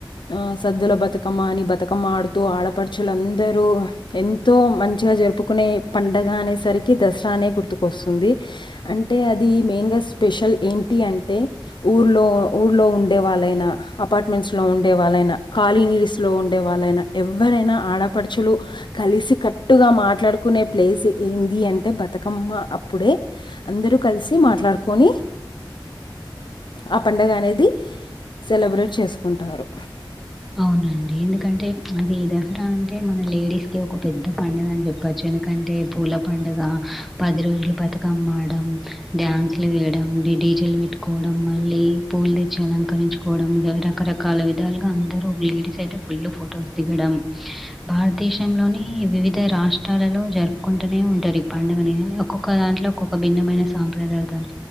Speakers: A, on the left; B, in the centre.
A: ఆ సద్దుల బతుకమ్మ అని బతుకమ్మ ఆడుతూ ఆడపడుచులు అందరూ ఎంతో మంచిగా జరుపు జరుపుకునే పండగ అనే సరికి దసరా అనే గుర్తుకు వస్తుంది అంటే అది మెయిన్ గా విశల్ ఏంటి అంటే ఊర్లో, ఊర్లో ఉండే వాళ్ళైనా, అపార్ట్మెంట్స్ లో ఉండే వాళ్ళైనా, కాలనీ స్ లో ఉండే వాళ్ళైనా, ఎవ్వరైనా ఆడపడుచులు కలిసి కట్ ట్టుగా మాట్లాడుకునే ప్లేస్ ఏంది, అంటే బతుకమ్మ అప్పుడే. అందరు కలిసి మా మాట్లాడుకోని ఆ పండుగ అనేది, సెలబ్రేట్ చేస్ కుంటారు.
B: అవునండి. ఎందుకంటే అది దసరా అంటే, మన లేడీస్ కి ఒక పెద్ద పండగ అని జెప్పచ్చు. ఎందుకంటే పూల పెద్ద పండగ. పది రోజులు బతుకమ్మడడం, డ్యాన్స్లు వేయడం, ఈ డిజేలు పెట్టుకో పోవడం. మళ్ళీ పూలు దేచ్చి అలంకరించుకోవడం, అవి రకరకాల విధాలుగా అందరు లేడీస్ అయితే, ఫుళ్ళు ఫొటోస్ దిగడం. భారతదేశంలోని వివిధ రాష్ట్రాలలో జరుపుకుంటూనే ఉన్ ఉంటారు ఈ పండుగనీ. ఒక్కొక్క దాంట్లో ఒక్కొక్క భిన్నమైన సాంప్రదాయలతోనీ.